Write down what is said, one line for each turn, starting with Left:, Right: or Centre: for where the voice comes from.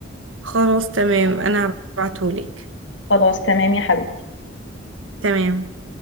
Right: خلاص تمام انا هبعتهولك
Left: خلاص تمام يا حبيبي
Right: تمام